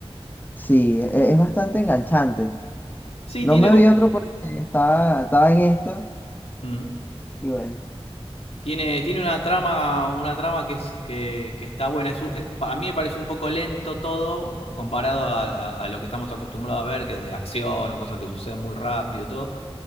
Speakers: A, on the left; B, on the left.
A: Sí, e- es bastante enganchante.
B: Sí,
A: No
B: tiene
A: me
B: co-
A: vi otro porque estaba, estaba en esto
B: Hmm.
A: y bueno,
B: tiene tiene una trama una trama que es que, que está buena. Es, un- es- a mí me pareció un poco lento todo comparado a, a- a lo que estamos acostumbrados a ver, que es de acción o cosas que suceden muy rápido y todo.